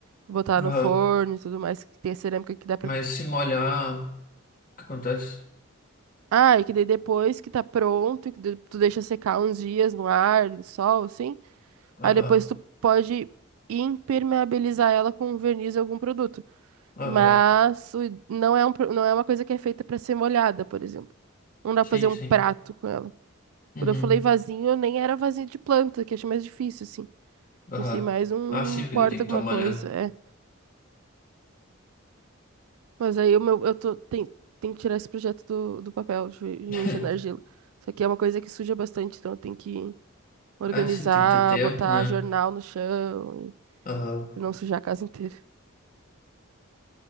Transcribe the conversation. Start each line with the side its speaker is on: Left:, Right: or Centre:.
Right: botar no
Left: Aham.
Right: forno e tudo mais, que tem a cerâmica que dá pra.
Left: Mas se molhar, o que acontece?
Right: Ah, e que daí depois que tá pronto, e que de- tu deixa secar uns dias no ar, no sol, assim.
Left: Aham.
Right: Aí depois tu pode impermeabilizar ela com um verniz ou algum produto.
Left: Aham.
Right: Mas o- não é um, pro- não é uma coisa que é feita para ser molhada, por exemplo. Não dá
Left: Sim,
Right: pra fazer um
Left: sim.
Right: prato com ela.
Left: Uhum.
Right: Quando eu falei vasinho, eu nem era vasinho de planta, que eu achei mais difícil, assim.
Left: Aham.
Right: Pensei mais um
Left: Ah, sim,
Right: um porta
Left: porque daí tem que
Right: alguma
Left: estar molhando.
Right: coisa, é. Mas aí o meu, eu tô, tem, tem que tirar esse projeto do, do papel, de, de
Left: <laughs>
Right: mexer na argila. Isso aqui é uma coisa que suja bastante, então eu tenho que organizar,
Left: Ah, sim, tem que ter tempo,
Right: botar
Left: né?
Right: jornal no chão
Left: Aham.
Right: e não sujar a casa inteira.